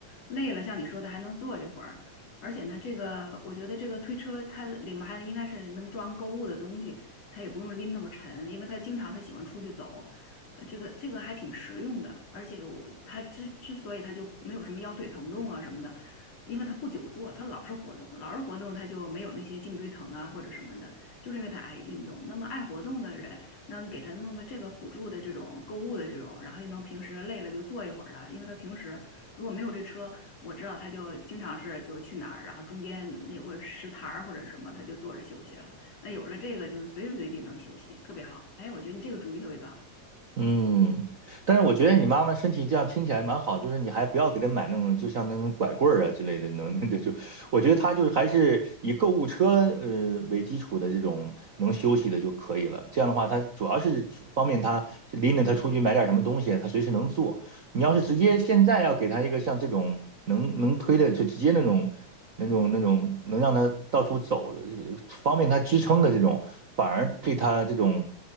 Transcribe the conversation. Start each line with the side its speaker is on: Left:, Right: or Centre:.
Left: 累了，像你说的还能坐一会儿。而且呢，这个我觉得这个推车它里面还应该是能装购物的东西，它也不用拎那么沉，因为他经常他喜欢出去走。呃这个这个还挺实用的，而且我他之之所以他就没有什么腰腿疼痛啊什么的。因为他不久坐，他老是活动，老是活动，他就没有那些颈椎疼啊或者什么的，就是因为他爱运动。那么爱活动的人，那给他弄个这个辅助的这种购物的这种，然后又能平时累了就坐一会儿的，因为他平时如果没有这车，我知道他就经常是就去哪儿，然后中间有个石台儿或者什么，他就坐着休息了。那有了这个，就是随时随地能休息，特别好。哎，我觉得你这个主意特别棒。
Right: 嗯，但是我觉得你妈妈身体这样听起来蛮好，就是你还不要给她买那种，就像那种拐棍儿啊之类的，能 <laughs> 那就，我觉得她就是还是以购物车呃为基础的这种能休息的就可以了。这样的话，她主要是方便她拎着她出去买点什么东西，她随时能做。你要是直接现在要给他一个像这种能能推的，就直接那种那种那种能让他到处走的，呃方便他支撑的这种，反而对他这种